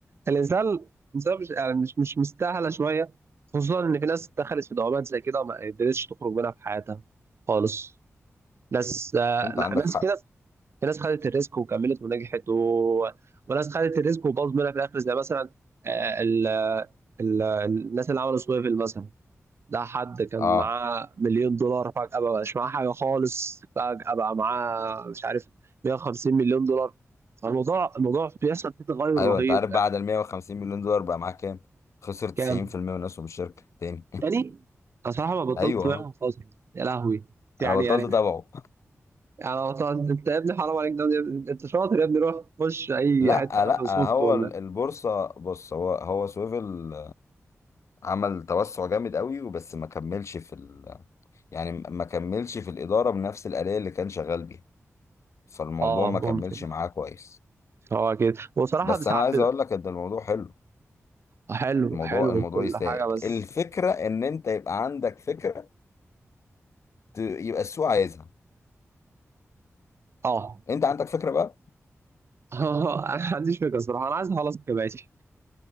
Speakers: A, on the right (about 55°); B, on the left (about 65°).
A: الانسان الانسان مش يعني مش مش مستاهله شويه خصوصا ان في ناس دخلت في دوامات زي كده وما قدرتش تخرج منها في حياتها خالص ناس آه،
B: انت
A: لا،
B: عندك
A: ناس
B: حق
A: في ناس في ناس خدت الريسك وكملت ونجحت و... وناس خدت الريسك وباظت منها في الاخر زي مثلا آه، ال... ال... الناس اللي عملوا سويفل مثلا ده حد كان
B: اه
A: معاه مليون دولار فجأة بقى مش معاه حاجة خالص فجأة بقى معاه مش عارف 150 مليون دولار فالموضوع الموضوع بيحصل فيه تغير
B: ايوه
A: رهيب
B: انت عارف
A: يعني
B: بعد ال 150 مليون دولار بقى معاه كام خسر 90%
A: كام
B: من اسهم الشركه تاني <laughs>
A: تاني أنا صراحة ما بطلت
B: ايوه
A: بيع من فترة يا لهوي يعني
B: انا بطلت
A: يعني
B: اتابعه
A: يعني أصلاً انت يا ابني حرام عليك ده يا- انت شاطر يا ابني روح خش اي
B: لا
A: حته مايكروسوفت
B: لا هو
A: ولا
B: ال- البورصه بص هو هو سويفل عمل توسع جامد قوي وبس ما كملش في ال يعني ما كملش في الاداره بنفس الاليه اللي كان شغال بيها فالموضوع
A: اه
B: ما كملش
A: ممكن
B: معاه كويس
A: هو كده وصراحه
B: بس
A: ساعات
B: انا عايز
A: بيبقى
B: اقول لك ان الموضوع حلو
A: حلو
B: الموضوع
A: حلو
B: الموضوع
A: وكل
B: يستاهل
A: حاجه بس
B: الفكره ان انت يبقى عندك فكره ت- يبقى السوق عايزها
A: اه
B: انت عندك فكره بقى
A: <laughs> انا ما عنديش فكره صراحه انا عايز اخلص جامعتي